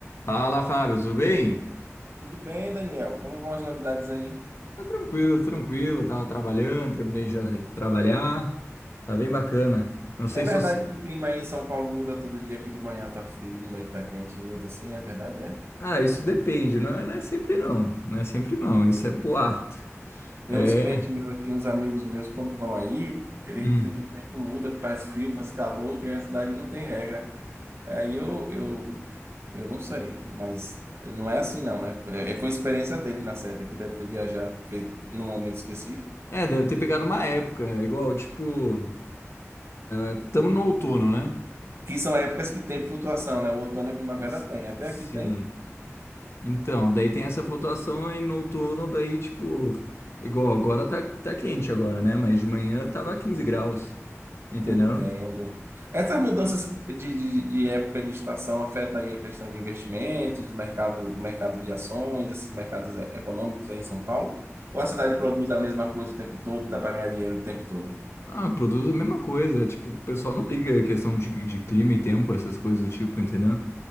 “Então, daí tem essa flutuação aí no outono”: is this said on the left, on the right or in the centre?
Left